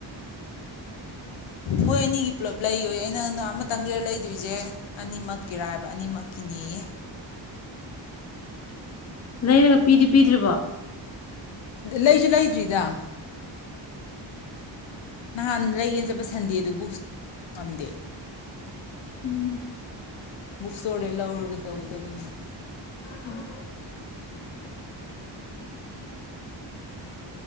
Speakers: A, on the left; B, on the left.
A: ꯃꯣꯏ ꯑꯅꯤꯒꯤ ꯄꯨꯂꯞ ꯂꯩꯌꯣꯌꯦ ꯑꯩꯅ ꯑꯃꯇꯪꯒꯤ ꯂꯩꯗꯣꯏꯁꯦ ꯑꯅꯤꯃꯛꯀꯤꯔ ꯍꯥꯏꯕ ꯑꯅꯤꯃꯛꯀꯤꯅꯦꯌꯦ
B: ꯂꯩꯔꯒ ꯄꯤꯗꯤ ꯄꯤꯗ꯭ꯔꯤꯕꯣ
A: ꯂꯩꯖꯨ ꯂꯩꯗꯔ꯭ꯤꯗ ꯅꯍꯥꯟ ꯂꯩꯒꯦꯟ ꯆꯠꯄ ꯁꯟꯗꯦ <inaudible> ꯉꯝꯗꯦ
B: ꯎꯝ
A: ꯕꯨꯛꯁꯇ꯭ꯣꯔꯗꯩꯩ ꯂꯧꯔꯒ ꯇꯧꯒꯗꯕꯅꯤꯅ
B: ꯎꯝ